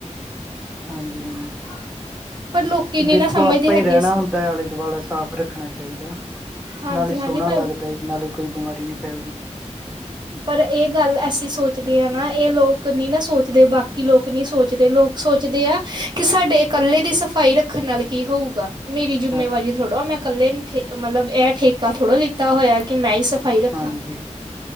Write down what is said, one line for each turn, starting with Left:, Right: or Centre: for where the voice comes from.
Centre: ਹਾਂਜੀ-ਹਾਂਜੀ।
Right: ਪਰ ਲੋਕੀ ਨੀ
Centre: ਦੇਖੋ
Right: ਨਾ ਸਮਝਦੇ
Centre: ਆਪਾਂ
Right: ਹੈਗੇ
Centre: ਈ ਰਹਿਣਾ
Right: ਸੀ
Centre: ਹੁੰਦਾ, ਆਲ਼ੇ-ਦੁਆਲਾ ਸਾਫ਼ ਰ ਰੱਖਣਾ ਚਾਹੀਦਾ।
Right: ਹਾਂਜੀ-ਹਾਂਜੀ
Centre: ਨਾਲੇ ਸੋਹਣਾ
Right: ਪਰ
Centre: ਲੱਗਦਾ। ਨਾਲੇ ਕੋਈ ਬਿਮਾਰੀ ਨਹੀਂ ਫ਼ੈਲਦੀ।
Right: ਪਰ ਇਹ ਗੱਲ ਅਸੀਂ ਸੋਚਦੇ ਆ ਨਾ। ਇਹ ਲੋਕ ਨੀ ਨਾ ਸੋਚਦੇ। ਬਾਕੀ ਲੋਕ ਨੀ ਸੋਚਦੇ। ਲੋਕ ਸੋਚਦੇ ਆ, ਕਿ ਸਾਡੇ ਇਕੱਲੇ ਦੀ ਸਫ਼ਾਈ ਰੱਖਣ ਨਾਲ ਕੀ ਹੋਊਗਾ। ਮੇਰੀ ਜ਼ਿਮੇਵਾਰੀ
Centre: ਹਾਂ
Right: ਥੋੜ੍ਹਾ। ਮੈਂ ਕੱਲੇ ਨੇ ਠੇ, ਮਲਬ ਇਹ ਠੇਕਾ ਥੋੜ੍ਹਾ ਲੀ ਤਾ ਹੋਇਆ ਕਿ ਮੈਂ ਈ ਸਫ਼ਾਈ ਰੱਖਾਂ।
Centre: ਹਾਂਜੀ